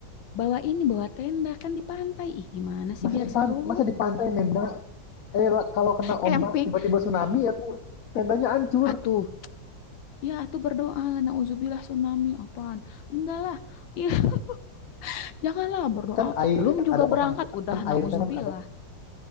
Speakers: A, on the left; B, on the left.
A: bawa ini, bawa tenda kan di pantai, ih gimana sih
B: Masa
A: biar
B: di pan,
A: seru,
B: masa di pantai nenda? Eh, lah, kalau kena
A: Camping.
B: ombak tiba-tiba tsunami ya tuh tendanya hancur.
A: atuh, ya atuh berdoa lah, nauzubillah tsunami, apaan, enggak lah, ih <laughs> janganlah berdoa,
B: Kan air
A: belum
B: teh kan
A: juga
B: ada
A: berangkat,
B: pasang su-
A: udah
B: kan
A: nauzubillah,
B: air teh kan ada